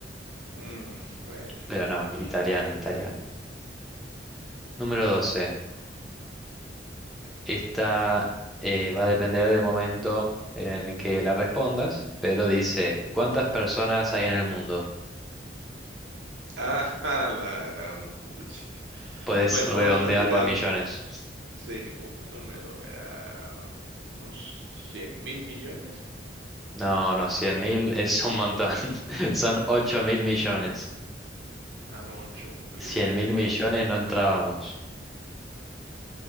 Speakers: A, on the right; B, in the centre.
A: mm, bueno,
B: Pero
A: está
B: no,
A: bien.
B: italiano, italiano. Número 12. Esta eh, va a depender del momento en el que la respondas, pero dice, ¿cuántas personas hay en el mundo?
A: Ah, <laughs> la gran puchica.
B: Puedes
A: Bueno,
B: redondearlo
A: vamos a tirar,
B: a millones.
A: sí, un número, ah, unos 100 mil millones.
B: No, no, cien mil <laughs> es un montón. <laughs> Son ocho mil millones.
A: Ah, 8 mil
B: Cien
A: millones.
B: mil millones no entrábamos.